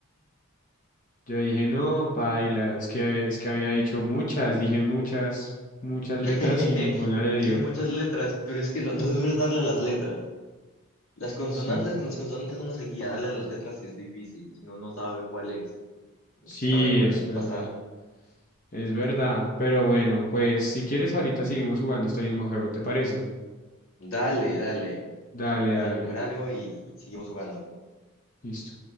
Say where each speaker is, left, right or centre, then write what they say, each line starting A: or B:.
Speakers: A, on the left (about 35°); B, on the left (about 65°).
A: Yo dije, no, paila, es que, es que había dicho muchas, dije muchas, muchas letras
B: <laughs>
A: y ninguna le
B: Sí,
A: dio.
B: muchas letras, pero es que lo, lo duro es darle a las letras. Las consonantes,
A: Sí,
B: con las consonantes uno se guía, darle a las letras sí es difícil, si no, no sabe cuál es. Yo
A: sí,
B: estaba igual
A: es
B: en la
A: verdad,
B: pasada.
A: es verdad. Pero bueno, pues si quieres ahorita seguimos jugando este mismo juego, ¿te parece?
B: Dale, dale,
A: Dale,
B: voy
A: dale,
B: a ir a comer algo y seguimos jugando.
A: listo.